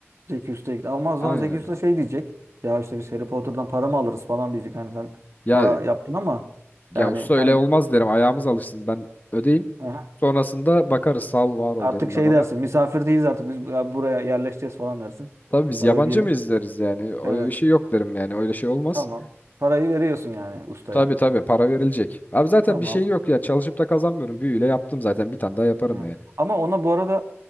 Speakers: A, on the right; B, on the left.
A: Zeki Usta gitti. Ama o zaman
B: Aynen
A: Zeki
B: öyle.
A: Usta şey diyecek. Ya işte biz Harry Potter'dan para mı alırız falan diyecek. Hani sen
B: Ya
A: para yaptın ama
B: ya
A: yani
B: usta öyle
A: hani
B: olmaz derim. Ayağımız alışsın. Ben ödeyim
A: aha,
B: Sonrasında bakarız sağ ol var ol
A: artık
B: derim
A: şey
B: ben ona.
A: dersin. Misafir değiliz artık biz bu- buraya yerleşeceğiz falan dersin.
B: Tabii biz
A: Para
B: yabancı
A: ödeyelim.
B: mı izleriz yani? Öyle
A: Evet.
B: bir şey yok derim yani. Öyle şey olmaz.
A: Tamam. Parayı veriyorsun yani ustaya.
B: Tabii tabii para verilecek. Abi zaten
A: Tamam.
B: bir şey yok ya. Çalışıp da kazanmıyorum. Büyüyle yaptım zaten. Bir tane daha yaparım
A: Evet.
B: yani.
A: Ama ona bu arada